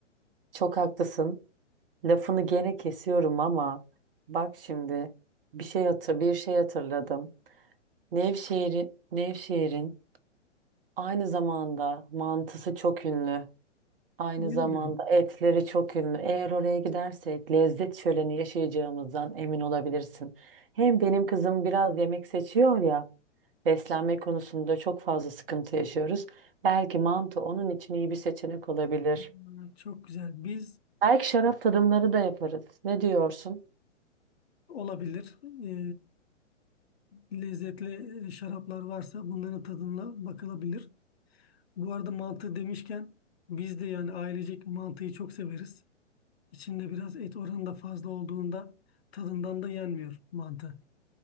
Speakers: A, on the right; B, on the left.
A: çok haklısın. Lafını gene kesiyorum ama bak şimdi bir şey hatır bir şey hatırladım. Nevşehir'in Nevşehir'in aynı zamanda mantısı çok ünlü. Aynı
B: bilmiyorum.
A: zamanda etleri çok ünlü. Eğer oraya gidersek lezzet şöleni yaşayacağımızdan emin olabilirsin. Hem benim kızım biraz yemek seçiyor ya. Beslenme konusunda çok fazla sıkıntı yaşıyoruz. Belki mantı onun için iyi bir seçenek olabilir.
B: Hmm, Çok güzel. Biz
A: Belki şarap tadımları da yaparız. Ne diyorsun?
B: olabilir. E, lezzetli şaraplar varsa bunların tadına bakılabilir. Bu arada mantı demişken biz de yani ailecek mantıyı çok severiz. İçinde biraz et oranı da fazla olduğunda tadından da yenmiyor mantı.